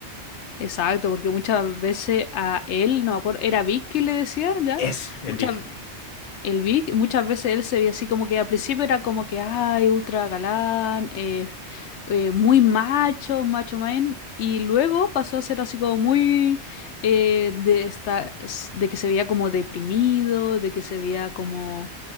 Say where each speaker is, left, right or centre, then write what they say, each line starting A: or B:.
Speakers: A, on the left (about 80°); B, on the left (about 40°).
A: Exacto, porque muchas veces a él, no me acuerdo, era Vic que le decían ya,
B: Eso, el
A: muchas,
B: Vic.
A: El Vic, muchas veces él se veía así como que al principio era como que, ay, ultra galán, eh, eh, muy macho, macho man, y luego pasó a ser así como muy eh, de esta, s- de que se veía como deprimido, de que se veía como